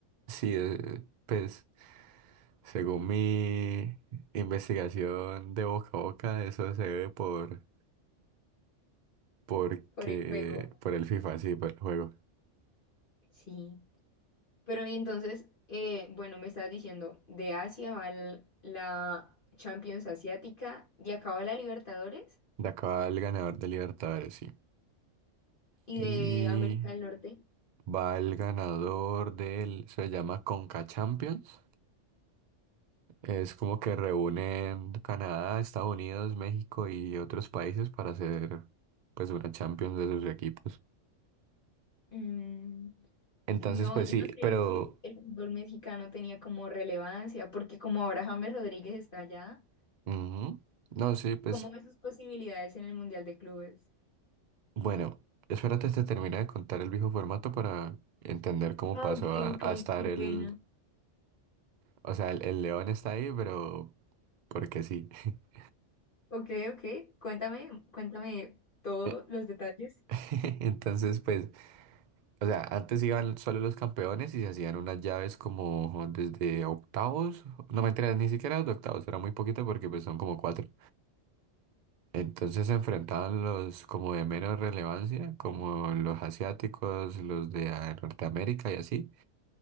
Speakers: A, on the right; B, on the left.
A: sí, eh, pues según mi investigación de boca a boca, eso se ve por, porque,
B: Por el juego.
A: por el FIFA, sí, por el juego.
B: Sí. Pero y entonces, eh, bueno, me estabas diciendo, de Asia va el- la Champions Asiática, de acá va la Libertadores
A: De acá va el ganador de Libertadores, sí.
B: y
A: Y
B: de América del Norte.
A: va el ganador del, se llama Conca Champions. Es como que reúnen Canadá, Estados Unidos, México y otros países para hacer pues una Champions de sus equipos.
B: Mm,
A: Entonces,
B: No,
A: pues
B: yo
A: sí,
B: no sabía
A: pero
B: que el fútbol mexicano tenía como relevancia, porque como ahora James Rodríguez está allá,
A: ujú. No, sí, pues
B: ¿cómo ve sus posibilidades en el Mundial de Clubes?
A: bueno, espérate, te termina de contar el viejo formato para entender cómo
B: Ah,
A: pasó
B: ok,
A: a,
B: ok,
A: a estar
B: qué
A: el,
B: pena.
A: o sea, el, el León está ahí, pero porque sí. <laughs>
B: Ok, ok, cuéntame, cuéntame todos
A: Eh,
B: los detalles.
A: <laughs> Entonces, pues O sea, antes iban solo los campeones y se hacían unas llaves como desde octavos. No me enteré, ni siquiera los de octavos, era muy poquito porque pues son como cuatro. Entonces se enfrentaban los como de menos relevancia, como los asiáticos, los de ah, Norteamérica y así.